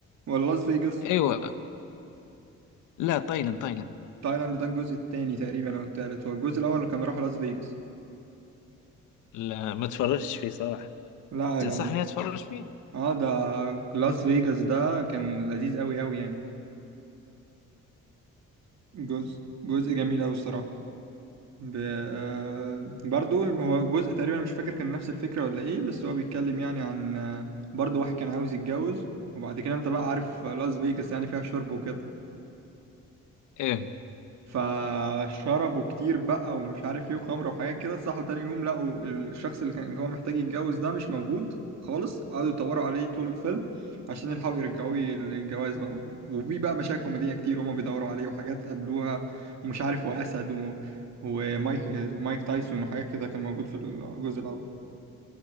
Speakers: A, on the right (about 60°); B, on the left (about 80°).
A: ولا لاس فيجاس
B: ايوه لا تايلاند تايلاند
A: تايلاند ده الجزء التاني تقريبا او التالت هو الجزء الاول كان راحوا لاس فيجاس
B: لا ما تفرجتش فيه صراحة
A: لا
B: تنصحني
A: لا
B: اتفرج فيه؟
A: اه ده لاس فيجاس ده كان لذيذ قوي قوي يعني جزء جزء جميل قوي الصراحه ب... آه، برضو هو جزء تقريبا مش فاكر كان نفس الفكره ولا ايه بس هو بيتكلم يعني عن آه، برضو واحد كان عاوز يتجوز وبعد كده انت بقى عارف لاس فيجاس يعني فيها شرب وكده
B: ايه
A: فشربوا كتير بقى ومش عارف ايه وخمره وحاجات كده صحوا تاني يوم لقوا الشخص اللي كان اللي هو محتاج يتجوز ده مش موجود خالص قعدوا يدوروا عليه طول الفيلم عشان يلحقوا يرجعوه للجواز بقى وفي بقى مشاهد كوميدية كتير وهما بيدوروا عليه وحاجات قابلوها ومش عارف وأسد و... ومايك مايك تايسون وحاجات كده كان موجود في الجزء الأول